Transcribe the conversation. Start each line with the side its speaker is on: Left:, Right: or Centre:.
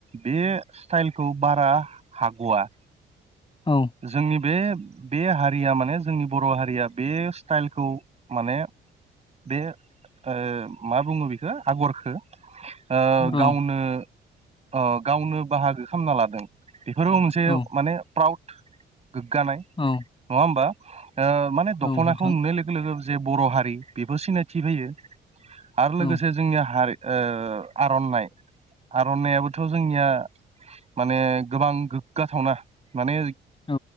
Right: बे स्टाइलखौ बारा हाग'आ।
Left: औ
Right: जोंनि बे बे हारिया माने जोंनि बर' हारिया बे स्टाइलखौ माने बे ओ मा बुङो बेखो आगरखो ओ
Left: औ
Right: गावनो अ गावनो बाहागो खालामना लादों। बेफोरो मोनसे
Left: औ
Right: माने प्राउड गोग्गानाय नङा
Left: औ
Right: होमबा? ओ माने दख'नाखौ
Left: औ नोंथां
Right: नुनाय लोगो लोगो जे बर' हारि बेबो सिनायथि फैयो। आरो लोगोसे
Left: औ
Right: जोंनिया हारि ओ आर'नाइ आर'नाइयाबोथ' जोंनिया माने गोबां गोग्गाथावना माने
Left: औ